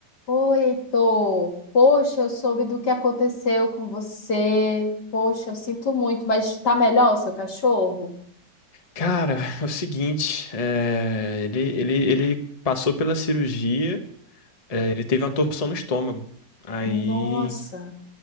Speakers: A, on the left; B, on the left.
A: Oi, Heitor. Poxa, eu soube do que aconteceu com você. Poxa, eu sinto muito, mas tá melhor o seu cachorro?
B: Cara, é o seguinte, é, ele, ele, ele passou pela cirurgia, é, ele teve uma torção no estômago. Aí
A: Nossa,